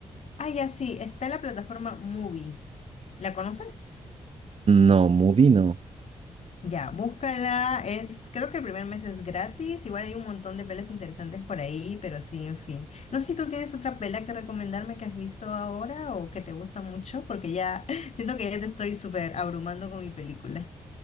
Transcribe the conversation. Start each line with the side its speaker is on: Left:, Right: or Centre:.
Left: Ah, ya sí, está en la plataforma Movie. ¿La conoces?
Right: No, Movie no.
Left: Ya, búscala. Es, creo que el primer mes es gratis. Igual hay un montón de pelas interesantes por ahí, pero sí, en fin. No sé si tú tienes otra pela que recomendarme que has visto ahora o que te gusta mucho, porque ya <laughs> siento que ya te estoy súper abrumando con mi película.